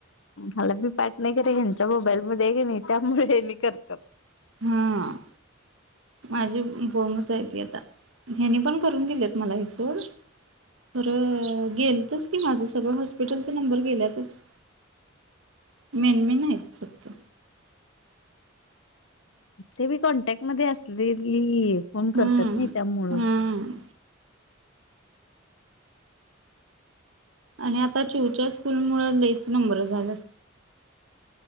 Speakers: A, on the left; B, on the right.
A: मला मी पाठ नाही करे ह्यांच्या मोबाईल मध्ये नाही त्यामुळे म करतात.
B: हा. माझी दोनच आहे ती आता ह्याने पण करून दिलेत मला की सोड. तररं गेलतच की माझं सगळं हॉस्पिटलचा नंबर गेल्यातच मेनमे नाही यतो.
A: ते बी कॉन्टॅक्ट मध्ये असलेली फोन
B: हम्म
A: करतात नाही त्यामुळं
B: हम्म. आणि आता चूच्या स्कूल मुं लईच नंबर झाला.